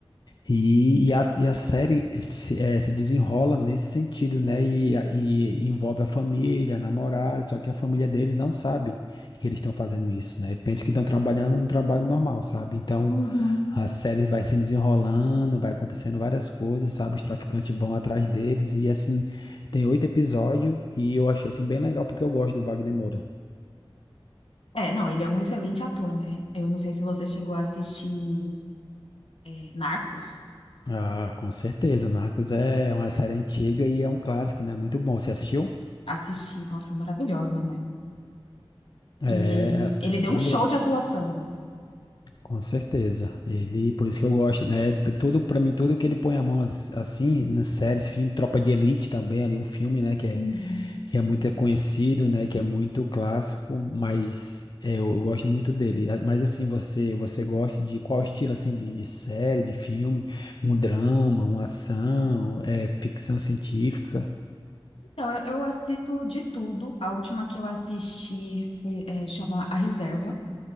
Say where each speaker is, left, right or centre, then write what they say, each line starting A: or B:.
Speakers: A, on the left (about 50°); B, on the left (about 80°).
A: E, e a, e a série se, eh, se desenrola nesse sentido, né? E, a- e envolve a família, a namorada, só que a família deles não sabe que eles estão fazendo isso, né? Pensa que estão trabalhando um trabalho normal, sabe? Então
B: uhum.
A: a série vai se desenrolando, vai acontecendo várias coisas, sabe? Os traficantes vão atrás deles, e assim, tem oito episódios, e eu achei assim bem legal porque eu gosto do Wagner Moura.
B: É, não, ele é um excelente ator, né? Eu não sei se você chegou a assistir, é, Narcos.
A: Ah, com certeza. Narcos é uma série antiga e é um clássico, né? Muito bom. Você assistiu?
B: Assisti, nossa, maravilhosa, né?
A: É,
B: E
A: ela
B: ele
A: ela
B: deu
A: é bem
B: um show
A: boa.
B: de atuação.
A: Com certeza. Ele, por isso que eu gosto, né? T- Tudo para mim, tudo que ele põe a mão as- assim, nas séries, filme, Tropa de Elite também, ali um filme, né, que é,
B: Uhum.
A: que é muito conhecido, né, que é muito clássico, mas é, eu, eu gosto muito dele. A- Mas assim, você você gosta de qual estilo assim de, de série, de filme? Um drama, uma ação, é ficção científica?
B: Então, eu eu assisto de tudo. A última que eu assisti foi, é, chama A Reserva.